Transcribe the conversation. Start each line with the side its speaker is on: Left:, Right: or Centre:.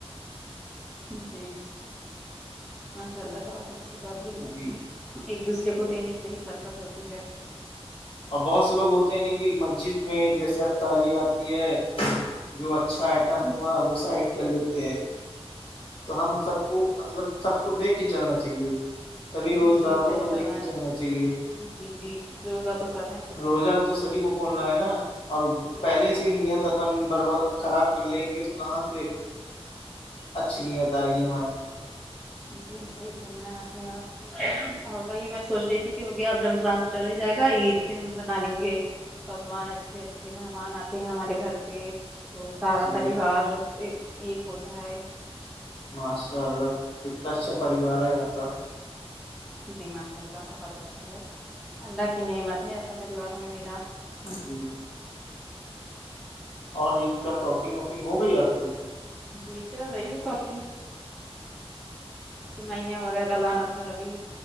Centre: جی ماشاء اللہ بہت اچھی بات بولی آپ
Left: جی
Centre: نے ایک دوسرے کو دینے سے ہی برکت ہوتی ہے
Left: اور بہت سے لوگ ہوتے ہیں نا کہ مسجد میں جیسے اب تاری آتی ہے جو اچھا آئٹم ہوا وہ سائڈ کر لیتے ہیں تو ہم سب کو مطلب سب کو دیکھ کے چلنا چاہیے سبھی روزداروں
Centre: جی صحیح
Left: کو
Centre: فرمایا
Left: دیکھ کے چلنا چاہیے
Centre: جی جی روزہ تو سم ہے
Left: روزہ تو سبھی کو کھولنا ہے نا اور
Centre: جی
Left: پہلے سے نیت اپن برب خراب کر لیں گے تو کہاں سے اچھی نہیں ہوت آئے گی ہمارے
Centre: جی صحیح فرمائیں آپ نے اور وہی میں سوچ رہی تھی کہ ہو گیا اب رمضان چلا ہی جائے گا عید پہ ہم بنا لیں گے پکوان اچھے اچھے مہمان آتے ہیں ہمارے گھر پہ تو سارا
Left: جی
Centre: پریوار ایک ہوتا ہے
Left: ما سےا اللہ کتاا پریوار ہے آپ کا
Centre: جی ماشاء اللہ بہت اچھا ہے اللہ کی نعمت ہے ایسا پریوار ہمیں ملا
Left: جی اور عید کا شاپنگ واپنگ ہو گئی آپ کی
Centre: جی چل رہی ہے ساپنگ سوئیاں وغیرہ لانا تھا ابھی